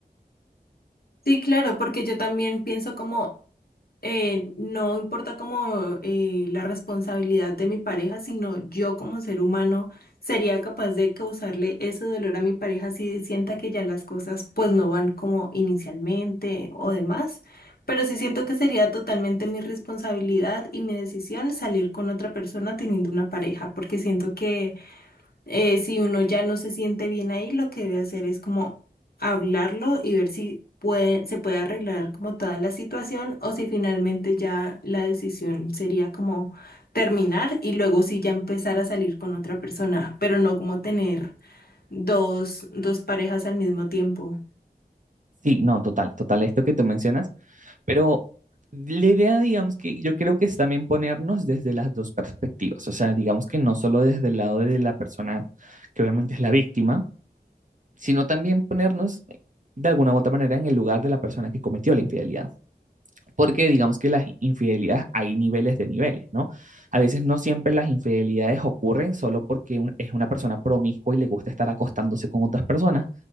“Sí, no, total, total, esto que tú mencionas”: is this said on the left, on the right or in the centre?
Right